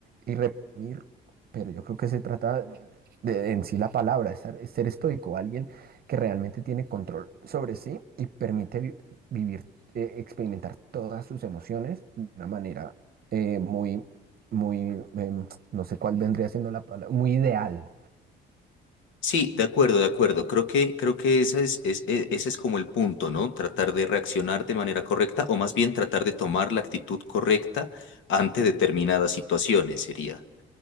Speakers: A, on the right; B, on the left.
A: y reprimir, pero yo creo que se trata de- en sí la palabra, estar- ser ser estoico, alguien que realmente tiene control sobre sí y permite vi- vivir, eh, experimentar todas sus emociones de una manera eh, muy, muy, em, no sé cuál vendría siendo la palabra, muy ideal.
B: Sí, de acuerdo, de acuerdo. Creo que, creo que ese es, es- e- ese es como el punto, ¿no? Tratar de reaccionar de manera correcta o más bien tratar de tomar la actitud correcta ante determinadas situaciones sería.